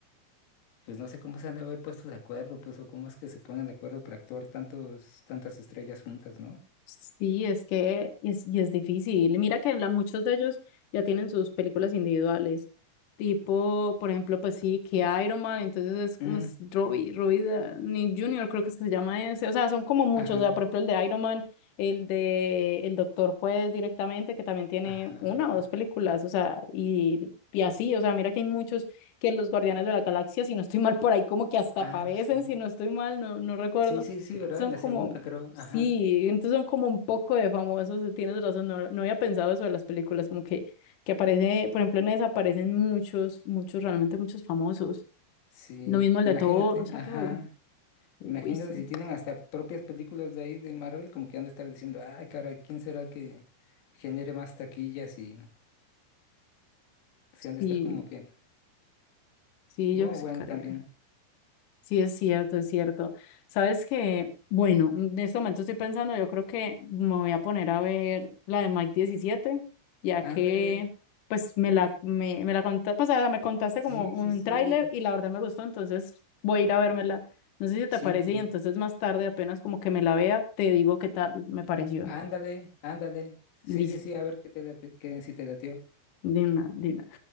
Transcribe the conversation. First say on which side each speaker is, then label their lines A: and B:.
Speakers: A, on the left (about 85°); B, on the left (about 60°).
A: pues no sé cómo se han de haber puesto de acuerdo, pues, o cómo es que se ponen de acuerdo para actuar tantos, tantas estrellas juntas, ¿no?
B: Sí, es que es, y es difícil. Mira que la- muchos de ellos ya tienen sus películas individuales. Tipo, por ejemplo, pues sí, que Iron Man, entonces es como
A: Mm,
B: es Robbie, Robbie Downey Jr., creo que es que se llama ese. O sea, son como muchos.
A: ajá,
B: O sea, por ejemplo, el de Iron Man, el de El Doctor, pues directamente, que también tiene
A: ajá,
B: una o dos películas. O sea, y, y así, o sea, mira que hay muchos que los Guardianes de la Galaxia, si no estoy mal por ahí, como que hasta
A: ah,
B: aparecen,
A: sí.
B: si no estoy mal, no, no recuerdo
A: Sí, sí, sí, ¿verdad?
B: son
A: En la
B: como
A: segunda creo,
B: Sí,
A: ajá.
B: entonces son como un poco de famosos, eh, tienes razón, no, no había pensado eso de las películas, como que, que aparece, por ejemplo, en esa aparecen muchos, muchos, realmente muchos famosos.
A: Sí,
B: Lo mismo el
A: imagínate,
B: de Thor, o sea,
A: ajá.
B: todo. Uy,
A: Imagínate
B: sí,
A: si tienen hasta propias películas de ahí de Marvel, como que han de estar diciendo, ay, cara, ¿quién será el que genere más taquillas? Y se han de
B: sí,
A: estar como que,
B: sí,
A: oh,
B: yo sí
A: bueno,
B: creo.
A: también.
B: Sí, es cierto, es cierto. Sabes que, bueno, en este momento estoy pensando, yo creo que me voy a poner a ver la de Mike 17, ya
A: Ándale,
B: que, pues, me la, me, me la contaste, o sea, me contaste
A: sí,
B: como un
A: sí, sí,
B: tráiler y la verdad me gustó, entonces voy a ir a vérmela. No sé si te
A: siempre.
B: parece y entonces más tarde, apenas como que me la vea, te digo qué tal me pareció.
A: Ándale, ándale.
B: Listo,
A: Sí, sí, sí, a ver qué te late, qué- si te latió.
B: de una, de una.